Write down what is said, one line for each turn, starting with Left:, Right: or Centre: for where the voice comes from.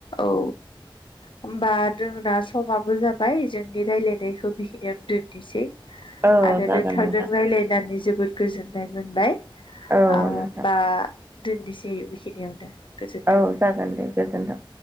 Left: औ होमबा जोंना समाबो जाबाय जोंनि रायलायनायखौ बेखिनियावनो दोननोसै।
Right: औ
Left: आरो
Right: जागोन
Left: नोंथांजों
Right: नोंथां
Left: राय्लायनानै जोबोद गोजोननाय मोनबाय।
Right: औ
Left: ओ
Right: नोंथां
Left: बा दोननोसै बेखिनियावनो। गोजोन्थों
Right: औ जागोन दे गोजोन्थों।